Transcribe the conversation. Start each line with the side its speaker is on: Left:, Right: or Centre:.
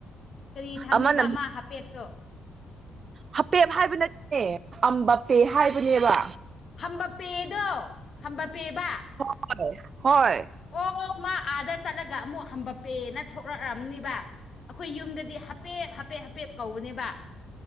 Left: ꯀꯔꯤ ꯊꯝꯃꯦꯕꯃꯥ
Right: ꯑꯃꯅ
Left: ꯍꯥꯄꯦꯞꯇꯣ
Right: ꯍꯥꯄꯦꯞ ꯍꯥꯏꯕ ꯅꯠꯇꯦ ꯑꯝꯕꯄꯦ ꯍꯥꯏꯕꯅꯦꯕ
Left: ꯍꯝꯕ ꯄꯦꯗꯣ ꯍꯝꯕ ꯄꯦꯕ
Right: ꯍ ꯍꯣꯏ
Left: ꯑꯣ ꯃꯥ ꯑꯥꯗ ꯆꯠꯂꯒ ꯑꯃꯨꯛ ꯍꯝꯕꯄꯦꯅ ꯊꯣꯛꯂꯛꯑꯝꯅꯤꯕ ꯑꯩꯈꯣꯏ ꯌꯨꯝꯗꯗꯤ ꯍꯥꯄꯦꯞ ꯍꯥꯄꯦꯠ ꯍꯥꯄꯦꯞ ꯀꯧꯕꯅꯦꯕ